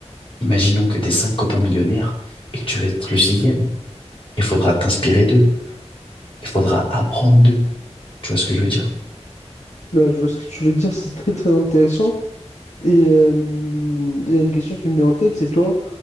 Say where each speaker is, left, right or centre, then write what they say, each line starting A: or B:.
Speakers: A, on the left; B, on the left.
A: imaginons que t'es cinq copains millionnaires et que tu veux être le sixième. Il faudra t'inspirer d'eux. Il faudra apprendre d'eux. Tu vois ce que je veux dire?
B: Ouais, je vois ce que tu veux dire. C'est très, très intéressant. Et euh, il y a une question qui me vient en tête, c'est toi.